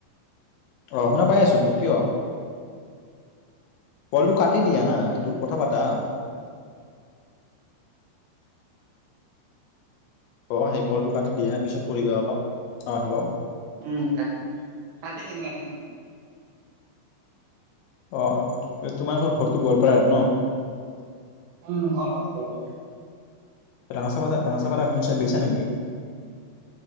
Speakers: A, on the left (about 80°); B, on the right (about 75°).
A: অহ, শুনা পাই আছোতো কিয়? কলটো কাটি দিয়া না, এইটো কথা পাতা। অহ, সেই কলটো কাটি দিয়া পিছত কৰিবা অলপ। অহ হেল্ল',
B: উম ক কাটি দিং ৰহ।
A: অহ'তোমাৰ ঘৰ ঘৰতৰতো গোৱালপাৰ নহ?
B: উম ভাল পাল- ভাল পাল।
A: ৰাঙাচাযা - ৰাঙচাপাৰ এখন গৈছো নেকি?